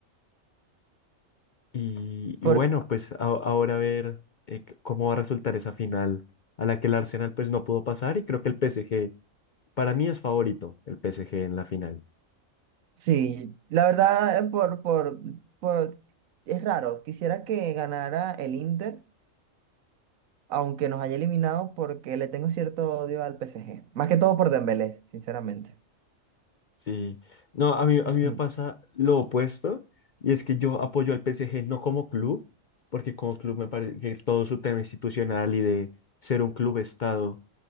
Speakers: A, on the left (about 50°); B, on the right (about 85°).
A: Y,
B: Por,
A: y bueno, pues a- ahora a ver eh, c- cómo va a resultar esa final a la que el Arsenal pues no pudo pasar y creo que el PSG, para mí es favorito el PSG en la final.
B: sí, la verdad, eh, por, por, por, es raro. Quisiera que ganara el Inter, aunque nos haya eliminado, porque le tengo cierto odio al PSG. Más que todo por Dembélé, sinceramente.
A: Sí, no, a mí, a mí me
B: Mm.
A: pasa lo opuesto y es que yo apoyo al PSG no como club, porque como club me parece que todo su tema institucional y de ser un club estado